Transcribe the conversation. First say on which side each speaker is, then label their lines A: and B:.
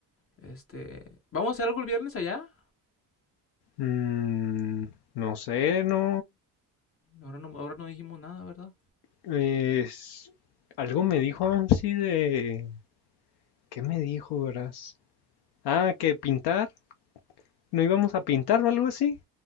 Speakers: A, on the left (about 35°); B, on the left (about 75°).
A: Este, ¿vamos a hacer algo el viernes allá?
B: Mm, no sé, no.
A: Ahora no, ahora no dijimos nada, ¿verdad?
B: Es- algo me dijo Amsi de... ¿Qué me dijo, verás? Ah, que pintar. ¿No íbamos a pintar o algo así?